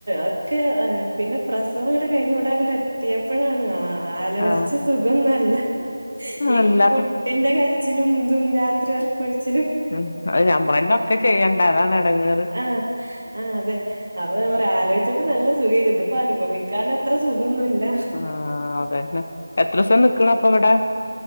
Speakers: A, on the right; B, on the left.
A: ഒക്കെ ആ പിന്നെ പ്രസവങ്ങട് കഴിഞ്ഞ് ഇവിടെങ്ങടെ എത്തിയപ്പോഴാണ് ആ ആലോചിച്ച്
B: ആഹ്
A: സുഖൊന്നല്ല ഈ
B: അല്ലാത്ത
A: കു ട്ടിന്റെ കരച്ചിലും ഇതും രാത്രി ഒറക്കം ഒഴിച്ചിലു
B: ഉം അത് നമ്മളെന്ന ഒക്കെ ചെയ്യേണ്ട അതാണ് ഇടങ്ങയറ്
A: ആ ആ അതെ. അപ്പൊ പറയാ ആലോചിച്ചപ്പോ നല്ല സുഖയ്ന് ഇത്പ്പൊ അനുഭവിക്കാൻ അത്ര സുഖന്നുവല്ല
B: ആ അതെന്നെ എത്ര ദിവസം നിക്കണ് അപ്പൊ ഇവിടെ?